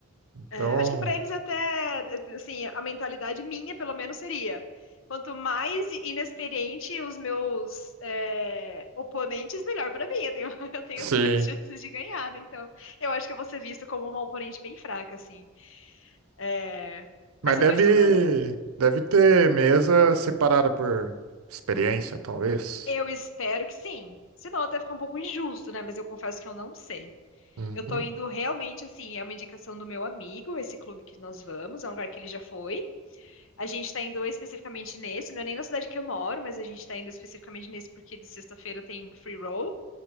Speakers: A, on the right (about 90°); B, on the left (about 65°).
A: Então,
B: É, acho que para eles até, assim, a mentalidade minha, pelo menos, seria. Quanto mais inexperiente os meus é, oponentes, melhor para mim. Eu tenho, <laughs> eu tenho
A: sim.
B: mais chances de ganhar, né? Então, eu acho que eu vou ser vista como uma oponente bem fraca, assim. É, mas
A: Mas deve,
B: eu estou estudando.
A: deve ter mesa separada por experiência, talvez.
B: Eu espero que sim. Senão até fica um pouco injusto, né? Mas eu confesso que eu não sei.
A: Uhum,
B: Eu tô indo realmente, assim, é uma indicação do meu amigo, esse clube que nós vamos, é um lugar que ele já foi. A gente está indo especificamente nesse, não é nem na cidade que eu moro, mas a gente está indo especificamente nesse porque de sexta-feira tem free roll,